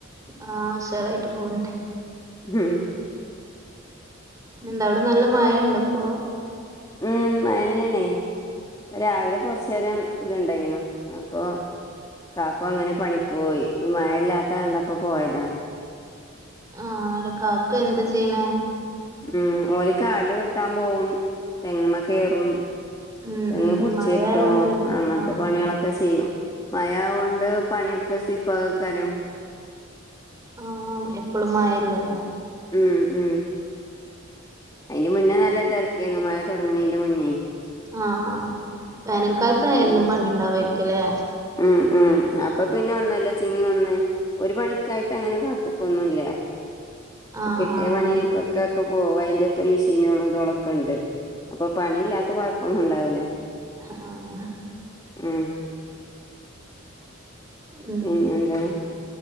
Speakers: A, on the right; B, on the left.
A: ആഹ്, ഉഷാറായിട്ട് പോവ്ണ്ട്.
B: ഉം.
A: ന്താ അവടെ നല്ലാ മഴണ്ടോ ഇപ്പോ?
B: ഉം മയന്നെണെയ്. രാവിലെ കൊറ്ചേരം ഇത് ഇണ്ടായിന്നു അപ്പൊ കാക്കു അങ്ങനെ പണിക്ക് പോയി, മയഇല്ലാത്ത കണ്ടപ്പോ പോയതാ.
A: ആഹ്, അവടെ കാക്കു എന്താ ചെയ്യണേ?
B: ഉം, ഓല് കാട് വേട്ടാം പോവും, തെങ്ങുമ്മേ കേറും.
A: ഉം
B: തേങ്ങ്
A: ഉം
B: പുടിച്ച്
A: മഴ
B: കേട്ടും,
A: ആയോണ്ട്
B: അങ്ങൻത്തെ
A: ആഹ്
B: പണിളോ ക്കെ ചെയ്യും, മഴ ആവോണ്ട് പണിയൊക്കെ സുയ്‌പ്പാവാക്കാരം.
A: ആഹ്, എപ്പളും മയല്ലേ.
B: ഉം ഉം അയിന്റെ മുന്നേ നല്ലേ തേരക്കേന്നു മയ തൊടങ്ണീന്റെ മുന്നേയ്.
A: ആഹ് ആഹ്, വേനൽകാൽത്ത് എന്നും
B: ഉം
A: പണിണ്ടാവായിരിക്കുംലേ.
B: ഉം ഉം അ അപ്പൊ പിന്നെ ഒന്നല്ലോചങ്ങി ഒന്ന് ഒര് പണിക്കായിട്ട് അങ്ങനെ കാത്ത്ക്കൊന്നും ഇല്ല്യാ.
A: ആഹ്
B: കിട്ടിയ
A: ആഹ്
B: പണിയേക്കെ ഇക്കാക്ക പോവയ്ന്റെ ഒക്കെ മെഷീനോള് തോളക്കണ്ട്, അപ്പൊ പണി ഇല്ലാത്ത കൊഴ്പ്പൊന്നും ഉണ്ടാവൂലാ.
A: ആഹ്
B: ഉം
A: ഉം
B: പിന്നെന്താ